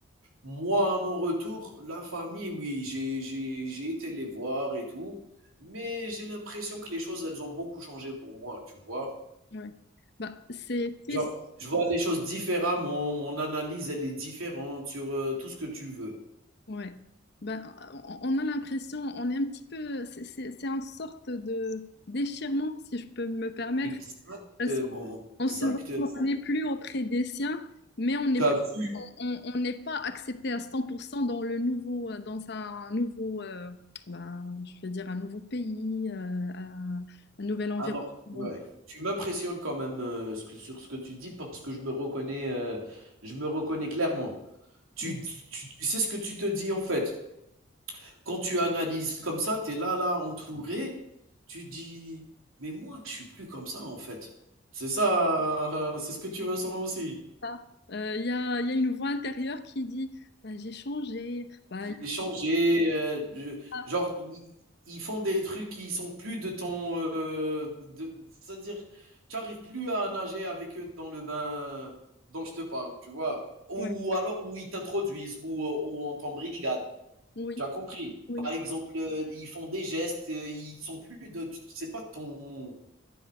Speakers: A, on the right; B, on the left.
A: Moi, à mon retour, la famille, oui, j'ai j'ai j'ai été les voir et tout, mais j'ai l'impression que les choses, elles ont beaucoup changé pour moi, tu vois?
B: ouais. Bah, c'est triste
A: Genre, je vois les choses différemment, mon analyse, elle est différente sur, heu, tout ce que tu veux.
B: Ouais. Ben, on on a l'impression, on est un petit peu, c'est c'est- c'est une sorte de déchirement, si je peux me permettre,
A: Exactement,
B: parce qu'on
A: exactement.
B: se retrouve- on n'est plus auprès des siens, mais on n'est
A: Tu vu?
B: plus, on, on- on n'est pas accepté à 100% dans le nouveau, euh, dans un nouveau, euh, ben, je vais dire un nouveau pays, euh, un, un nouvel environnement.
A: Alors,
B: Donc,
A: ouais, tu m'impressionnes quand même, heu, ce que sur ce que tu dis parce que je me reconnais, heu, je me reconnais clairement. Tu
B: donc
A: tu tu sais ce que tu te dis, en fait. Quand tu analyses comme ça, tu es là, là, entouré, tu dis: «Mais moi, je suis plus comme ça, en fait». C'est ça, euh, c'est ce que tu ressens aussi?
B: ça, euh, il y a, il y a une voix intérieure qui dit, Ben, j'ai changé, Ben, il
A: J'ai
B: y
A: changé, heu, je
B: a-
A: genre, ils ils font des trucs qui sont plus de ton, heu, de c'est-à-dire, tu arrives plus à nager avec eux dans le bain dont je te parle, tu vois? Ou
B: ouais,
A: ou alors où ils t'introduisent, ou heu, ou on t'embrigade,
B: oui,
A: tu as compris?
B: oui.
A: Par exemple, heu, ils font des gestes, heu, ils sont plus de t c'est pas ton,